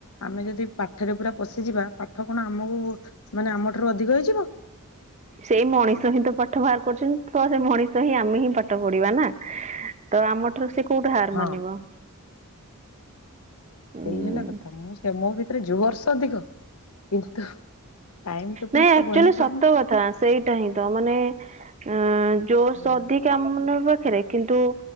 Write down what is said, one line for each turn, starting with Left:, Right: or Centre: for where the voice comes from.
Left: ଆମେ ଯଦି ପାଠରେ ପୁରା ପଶିଯିବା ପାଠ କଣ ଆମକୁ ମାନେ ଆମଠାରୁ ଅଧିକ ହେଇଯିବ।
Right: ସେଇ ମଣିଷ ହିଁ ତ ପାଠ ବାହାର କରୁଛନ୍ତି ତ ସେ ମଣିଷ ହିଁ ଆମେ ହିଁ ପାଠ ପଢିବା ନା। ତ ଆମ ଠାରୁ ସେ କୋଉଠି ହାର
Left: ହଁ
Right: ମାନିବ। ଉଁ।
Left: ସେଇ ହେଲା କଥା ମୁଁ ସେ ମୋ ଭିତରେ ଯୁହର୍ଷ ଅଧିକ କିନ୍ତୁ ଟାଇମ ଟେବୁଲ
Right: ନାଇଁ
Left: ତ
Right: ଆଚୁଆଲି
Left: ବନି ପାରୁନି।
Right: ସତ କଥା ସେଇଟା ହିଁ ତ ମାନେ ଅ ଜୋସ୍
Left: ହଁ
Right: ଅଧି ଆମ ମାନଙ୍କ ପାଖରେ କିନ୍ତୁ